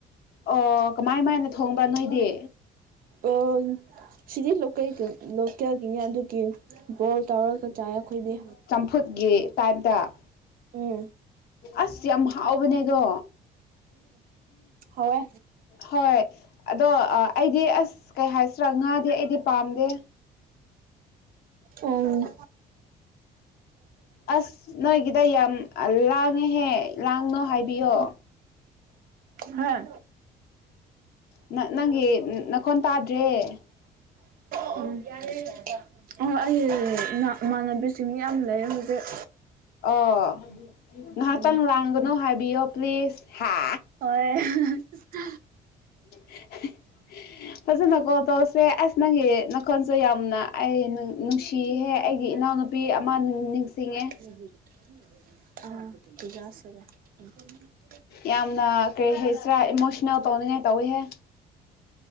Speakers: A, on the left; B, on the right.
A: ꯑꯣ ꯀꯃꯥꯏ ꯀꯃꯥꯏꯅ ꯊꯣꯡꯕ ꯅꯣꯏꯗꯤ
B: ꯑ ꯁꯤꯗꯤ ꯂꯣꯀꯦꯜ ꯂꯣꯀꯦꯜꯒꯤꯅꯦ ꯑꯗꯨꯒꯤ ꯕꯣꯜ ꯇꯧꯔꯒ ꯆꯥꯏ ꯑꯩꯈꯣꯏꯗꯤ
A: ꯐꯨꯠꯀꯤ ꯇꯥꯏꯞꯇ
B: ꯎꯝ
A: ꯑꯁ ꯌꯥꯝ ꯍꯥꯎꯕꯅꯦꯗꯣ
B: ꯎꯝ ꯍꯥꯎꯋꯦ
A: ꯍꯣꯏ ꯑꯗꯣ ꯑꯩꯗꯤ ꯑꯁ ꯀꯩ ꯍꯥꯏꯁꯤꯔꯥ ꯉꯥꯗꯤ ꯑꯩꯗꯤ ꯄꯥꯝꯗꯦ
B: ꯎꯝ
A: ꯑꯁ ꯅꯣꯏꯒꯤꯗ ꯌꯥꯝ ꯂꯥꯡꯉꯦꯍꯦ ꯂꯥꯡꯅꯣ ꯍꯥꯏꯕꯤꯌꯣ
B: ꯍꯥꯥ
A: ꯅꯪꯒꯤ ꯅꯈꯣꯟ ꯇꯥꯗ꯭ꯔꯦ
B: <unintelligible> <unintelligible> ꯑꯩ ꯏꯃꯥꯟꯅꯕꯤꯁꯤꯡ ꯌꯥꯝ ꯂꯩꯌ‌ꯦ ꯍꯧꯖꯤꯛ
A: ꯑꯣ ꯉꯍꯥꯛꯇꯪ
B: ꯎꯝ
A: ꯂꯥꯡꯒꯅꯨ ꯍꯥꯏꯕꯤꯌꯣ ꯄ꯭ꯂꯤꯖ ꯍꯥ
B: ꯍꯣꯏ
A: <inaudible> ꯐꯖꯅ ꯀꯣ ꯇꯧꯁꯦ ꯑꯁ ꯅꯪꯒꯤ ꯅꯈꯣꯟꯁꯨ ꯌꯥꯝꯅ ꯑꯩ ꯅꯨꯡꯁꯤꯍꯦ ꯑꯩꯒꯤ ꯏꯅꯥꯎꯅꯨꯄꯤ ꯅꯨꯄꯤ ꯑꯃ ꯅꯤꯡꯁꯤꯡꯉꯦ
B: <unintelligible>
A: ꯌꯥꯝꯅ ꯀꯔꯤ ꯍꯥꯏꯁꯤꯔꯥ ꯏꯃꯣꯁꯅꯦꯜ ꯇꯧꯅꯤꯡꯉꯥꯏ ꯇꯧꯋꯤꯍꯦ